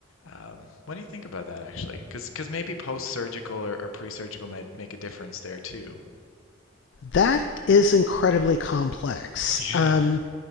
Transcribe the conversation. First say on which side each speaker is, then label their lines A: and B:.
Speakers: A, on the left; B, on the left.
A: um, what do you think about that actually? Because because maybe post-surgical or, or pre-surgical might make a difference there too.
B: That is incredibly complex.
A: <laughs> Yeah.
B: Um,